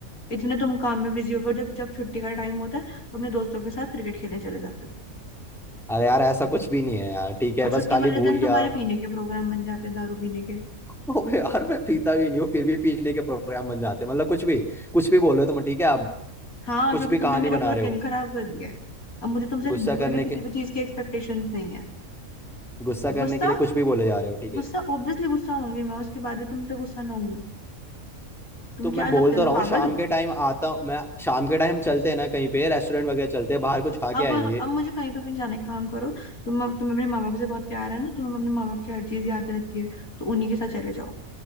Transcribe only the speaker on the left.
इतने तुम काम में बिजी हो गए हो। जब जब छुट्टी का टाइम होता है तो अपने दोस्तों के साथ क्रिकेट खेलने चले जाते हो
और
छुट्टी
वाले
दिन
तुम्हारे पीने के प्रोग्राम बन जाते हैं दारू पीने के
हाँ
क्योंकि
तुमने मेरा
पूरा
दिन
खराब कर दिया है अब मुझे तुमसे
बिल्कुल
भी किसी
भी चीज की एक्सपेक्टेशंस नहीं है
गुस्सा
गुस्सा
ऑब्वियसली गुस्सा होंगी मैं उसके बाद भी तुम पे गुस्सा ना होंगी तुम्हें
क्या लगता
है
मैं
पागल
हूँ
अब
अब मुझे कहीं पे भी नहीं जाना है काम करो तुम तुम्हें अपने माँ बाप से बहुत प्यार है ना तुम्हें अपने माँ बाप की हर चीज याद रहती है तो उन्हीं के साथ चले जाओ